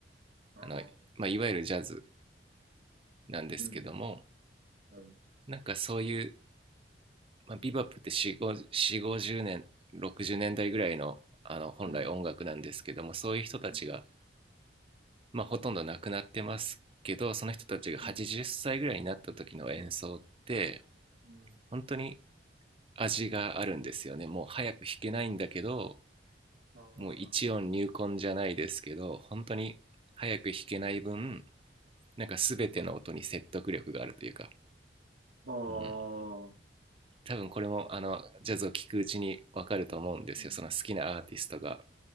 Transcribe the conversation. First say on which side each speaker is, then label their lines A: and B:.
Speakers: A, on the right; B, on the right.
A: あー
B: あの、まあ、いわゆるジャズなんですけども
A: うん、はい、う
B: なんかそういう、まあ、ビバップって4 5 4 5 0年60年代ぐらいのあの本来音楽なんですけどもそういう人たちが、
A: ん、うん、
B: まあ、ほとんど亡くなってますけどその人たちが80歳ぐらいになった時の演奏って
A: うん、うん、
B: 本当に味があるんですよねもう早く弾けないんだけど
A: ああああなるほど。
B: もう一音入魂じゃないですけど本当に早く弾けない分なんか全ての音に説得力があるというか、
A: ああ、
B: うん、多分これもあのジャズを聴くうちに分かると思うんですよその好きなアーティストが
A: なるうん、